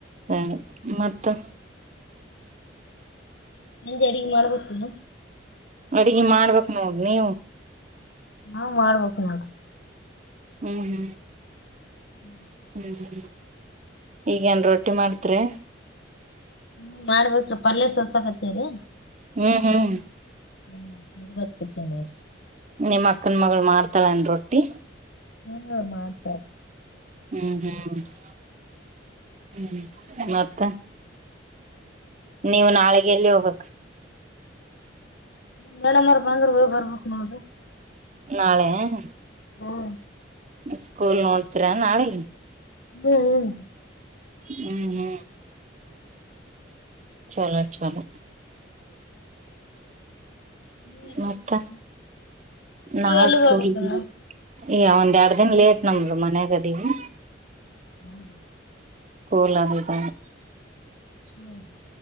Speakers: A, on the right; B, on the left.
A: ಹ್ಂ ಮತ್ತೆ
B: ಸಂಜೆ ಅಡುಗೆ ಮಾಡ್ಬೇಕ್ಕಿಲ್ಲ
A: ಅಡ್ಗೆ ಮಾಡ್ಬೇಕ್ ನೋಡ್ ಬೆ
B: ನಾವ್ ಮಾಡ್ಬೇಕ್ ನೋಡ್ರಿ
A: ಹ್ಮು ಹ್ಮು
B: ಹ್ಮು <unintelligible>
A: ಹ್ಮು ಹ್ಮು ಈಗ ಏನ್ ರೊಟ್ಟಿ ಮಾಡ್ತಿ ರ್ಯ
B: ಹ್ಮು ಮಾಡ್ಬೇಕು ಪಲ್ಯ ಸ್ವಲ್ಪ ಸ್ವಲ್ಪ ಗಟ್ಟಿ ಇದೆ
A: ಹ್ಮು ಹ್ಮು
B: <unintelligible>
A: ನಮ್ಮಕ್ಕನ್ ಅಕ್ಕನ ಮಗಳು ಮಾಡ್ತಳೆ ಒಣ್ ರೊಟ್ಟಿ
B: ನೀನೇನ್ ಮಾಡ್ತಾ <unintelligible>
A: <unintelligible> ಮತ್ತ ನೀವು ನಾಳಿಗೆಯಲ್ಲಿ ಹೋಗ್ಬೇಕು
B: ಮೇಡಂಮ್ಮರು ಬಂದ್ರು ಬಿ ಬಾರ್ಬೇಕ್ ನೋಡ್ರಿ
A: ಯಾವಗರಿ
B: ಹ್ಮು
A: ಸ್ಕೂಲ್ ಹೋಗ್ತಿರಾ ನಾಳಿಗಿ
B: <unintelligible>
A: ಹ್ಮು ಹ್ಮು ಚೋನು ಚೋನು
B: ನೀವ್ ಎಲ್ಲಿಗ್
A: ಮತ್ತ
B: ಹೋಗ್ಬೇಕ್
A: ನಾಾವ
B: ನೀವ್ ಎಲ್ಲಿಗ್
A: ಸ್ಕೂಲ್
B: ಹೋಗ್ಬೇಕನ್ನ
A: ಈಗ ಒಂದ್ ಎರಡು ದಿನ ಲೇಟ್ ನಮ್ದು ಮನೆಗದೀವಿ
B: ಹೌ
A: ಕೂಲ ಅದುದ
B: ಹೂ